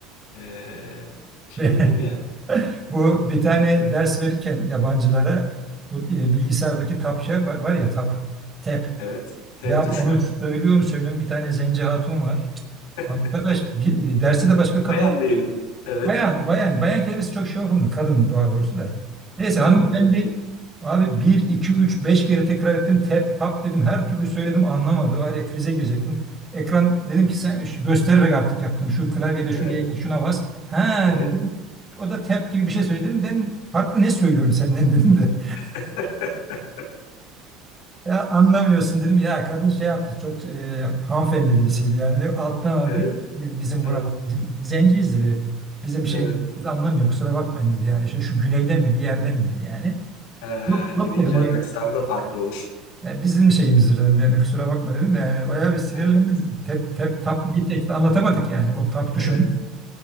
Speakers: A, on the left; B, on the right.
A: eee, şey
B: Ve
A: değil yani.
B: <laughs> bu bir tane ders verirken yabancılara bu e, bilgisayardaki tapça va- var ya tap, tap.
A: Evet, tep
B: Ya
A: tuşu.
B: onu söylüyorum söylüyorum bir tane zenci hatun var.
A: <laughs>
B: Arkadaş bir, derse de başka katılan
A: Bayan diyelim. Evet,
B: bayan bayan bayan kelimesi çok şey yapılmıyor. Kadın doğa doğrusu da. Neyse
A: tamam.
B: hanımefendi
A: kadın.
B: abi bir 2 3 5 kere tekrar ettim. Tep tap dedim. Her türlü söyledim anlamadı. Var ya krize girecektim. Ekran dedim ki sen şu- göstererek artık yaptım. Şu klavyede şuraya
A: Evet,
B: gel, şuna bas. Ha
A: evet,
B: dedim. O da tap gibi bir şey söyledi dedim. Ben farklı ne söylüyorum senden <laughs> dedim de.
A: <laughs>
B: Ya anlamıyorsun dedim ya kadın şey yaptı çok e, hanımefendi birisiydi yani De- alttan aldı
A: evet,
B: dedi dedi, bizim
A: evet,
B: buralar bizim zenciyiz dedi bizim şeyimiz
A: evet.
B: biz anlamıyor kusura bakmayın dedi yani şu, şu güneyden mi bir yerdenim dedi yani.
A: Ha,
B: Yok yok
A: Güneylilerin
B: dedim o
A: aksanı da farklı olur.
B: yani bizim şeyimizdir dedim yani kusura bakma dedim de yani bayağı bir sinirlendim
A: Evet,
B: tep tep tap niye çekti anlatamadık yani o tap tuşunun
A: evet.